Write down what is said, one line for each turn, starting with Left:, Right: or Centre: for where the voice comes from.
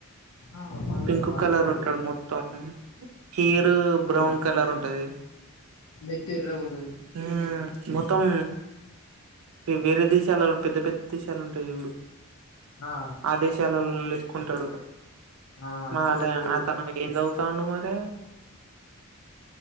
Left: ఆ పల్లగా
Right: పింక్
Left: పల్లగా
Right: కలర్ ఉంటాడు మొత్తం హీరు బ్రౌన్ కలర్ ఉంటది
Left: మెత్తెర్రగా ఉంటది
Right: ఉమ్ మొత్తం వేరే దేశాలు పెద్ద పెద్ద దేశాలు ఉంటాయి ఎప్పుడు
Left: ఆ
Right: ఆదేశాలలో లెక్కుంటాడు
Left: ఆ ఇట్నే
Right: మాట
Left: ఉంటాడు
Right: ఆతను ఏం దవు తాండూ మరే